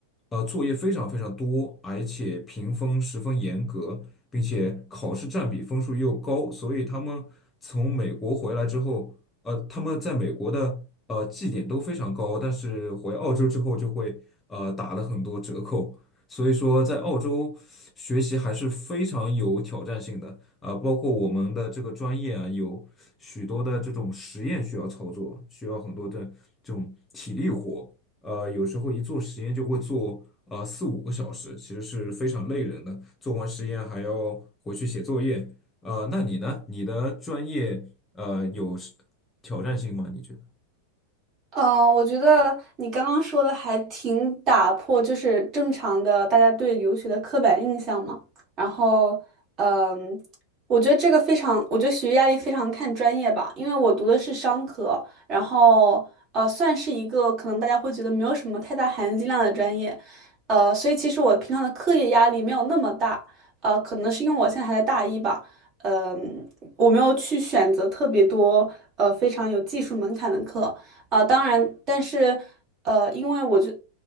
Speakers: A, on the left; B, on the right.
A: 呃，作业非常非常多，而且评分十分严格，并且考试占比分数又高，所以他们从美国回来之后，呃，他们在美国的呃绩点都非常高，但是回澳洲之后就会呃打了很多折扣，所以说在澳洲学习还是非常有挑战性的，啊、包括我们的这个专业啊，有许多的这种实验需要操作，需要很多的这种体力活。呃，有时候一做实验就会做呃四五个小时，其实是非常累人的。做完实验还要回去写作业。呃，那你呢？你的专业呃有是挑战性吗？你觉得？
B: 嗯，我觉得你刚刚说的还挺打破，就是正常的大家对留学的刻板印象嘛。然后，嗯，我觉得这个非常，我觉得学业压力非常看专业吧，因为我读的是商科，然后呃，算是一个可能大家会觉得没有什么太大含金量的专业，呃，所以其实我平常的课业压力没有那么大，呃，可能是因为我现在还在大一吧，嗯，我没有去选择特别多呃非常有技术门槛的课。啊，当然，但是呃，因为我就，